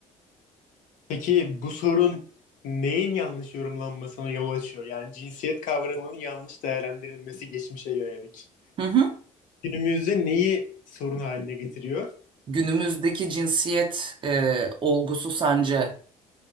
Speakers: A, on the left (about 70°); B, on the right (about 35°).
A: Peki bu sorun neyin yanlış yorumlanmasına yol açıyor? Yani cinsiyet kavramının yanlış değerlendirilmesi geçmişe yönelik.
B: Hı hı.
A: Günümüzde neyi sorun haline getiriyor?
B: Günümüzdeki cinsiyet e, olgusu sence